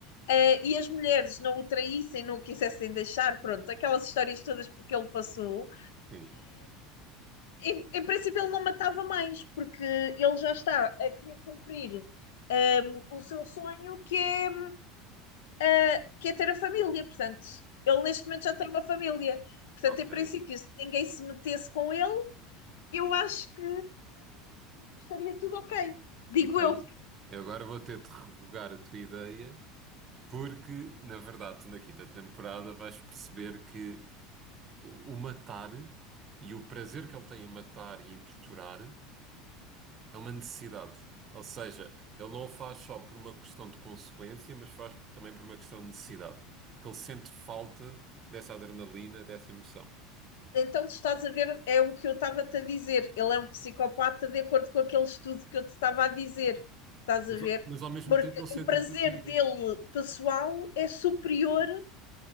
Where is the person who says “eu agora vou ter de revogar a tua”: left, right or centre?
Right